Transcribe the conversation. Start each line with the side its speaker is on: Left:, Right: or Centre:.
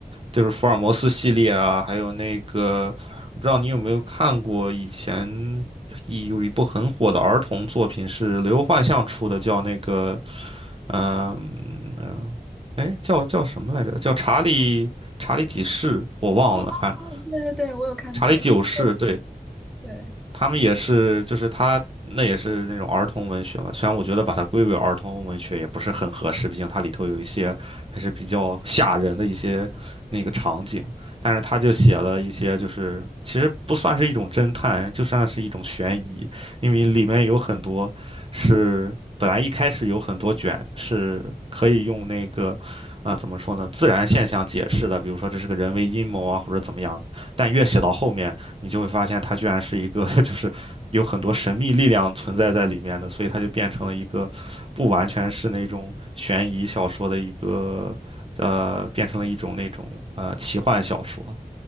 Right: 就是福尔摩斯系列啊，还有那个，不知道你有没有看过以前一有一部很火的儿童作品是刘幻象出的，叫那个，嗯、呃，哎，叫叫什么来着？叫查理查理几世，我忘了，
Centre: 哦哦哦，
Right: 反正
Centre: 对对对，我有看过，
Right: 查理九世，
Centre: 就是我
Right: 对。
Centre: 对。
Right: 他们也是，就是他那也是那种儿童文学嘛。虽然我觉得把它归为儿童文学也不是很合适，毕竟它里头有一些还是比较吓人的一些那个场景，但是他就写了一些，就是其实不算是一种侦探，就算是一种悬疑，因为里面有很多是本来一开始有很多卷是可以用那个。啊，怎么说呢？自然现象解释的，比如说这是个人为阴谋啊，或者怎么样的。但越写到后面，你就会发现它居然是一个 <laughs> 就是有很多神秘力量存在在里面的，所以它就变成了一个不完全是那种悬疑小说的一个呃，变成了一种那种呃奇幻小说了。